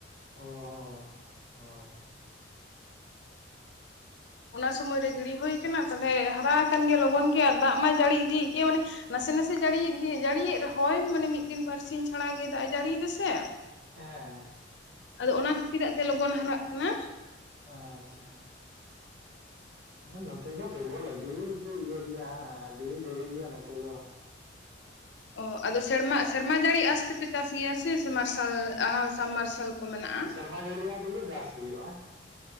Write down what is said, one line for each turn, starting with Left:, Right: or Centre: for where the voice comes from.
Right: ᱚ ᱦᱳᱭ
Left: ᱚᱱᱟ ᱥᱩᱢᱚᱭᱨᱮ ᱜᱤᱲᱤ ᱦᱩᱭ ᱠᱟᱱᱟ ᱛᱟᱦᱞᱮ ᱦᱟᱨᱟ ᱟᱠᱟᱱ ᱜᱮ ᱞᱚᱜᱚᱱ ᱜᱮ ᱟᱨ ᱫᱟᱜ ᱢᱟᱭ ᱡᱟᱹᱲᱤ ᱤᱫᱤᱭᱮᱫ ᱜᱮᱭᱟ ᱢᱟᱱᱮ ᱱᱟᱥᱮ ᱱᱟᱥᱮ ᱡᱟᱹᱲᱤᱭ ᱤᱫᱤ ᱡᱟᱹᱲᱤᱭᱮᱫ ᱨᱮᱦᱚᱸᱭ ᱢᱟᱱᱮ ᱢᱤᱫ ᱫᱤᱱ ᱵᱟᱨᱥᱤᱧ ᱪᱷᱟᱲᱟᱟᱜᱮ ᱫᱟᱜ ᱮ ᱡᱟᱹᱲᱤᱭ ᱫᱟᱥᱮ
Right: ᱦᱮᱸ
Left: ᱟᱫᱚ ᱚᱱᱟ ᱠᱷᱟᱹᱛᱤᱨᱟᱜ ᱛᱮ ᱞᱚᱜᱚᱱ ᱦᱟᱨᱟᱜ ᱠᱟᱱᱟ᱾
Right: ᱟᱪᱪᱷᱟ᱾ ᱱᱚᱛᱮ ᱫᱚ ᱠᱮᱵᱚᱞ ᱟᱹᱰᱤ ᱜᱤ ᱤᱭᱟᱹ ᱜᱮᱭᱟ ᱦᱟᱸᱜ ᱟᱹᱰᱤ ᱫᱮᱨᱤ ᱜᱮᱭᱟ ᱱᱚᱛᱮ ᱫᱚ᱾
Left: ᱚ ᱟᱫᱚ ᱥᱮᱨᱢᱟ ᱥᱮᱨᱢᱟ ᱡᱟᱹᱲᱤ ᱟᱥᱛᱮᱯᱮ ᱪᱟᱥ ᱜᱮᱭᱟ ᱥᱮ ᱥᱮ ᱢᱟᱨᱥᱟᱞ ᱟᱨ ᱥᱟᱢ ᱢᱟᱨᱥᱟᱞ ᱠᱚ ᱢᱮᱱᱟᱜᱼᱟ?
Right: ᱚᱱᱟ ᱡᱟᱹᱲᱤ‌ ᱫᱟᱜ ᱛᱮᱜᱮ ᱪᱟᱥ ᱦᱩᱭᱩᱜᱼᱟ᱾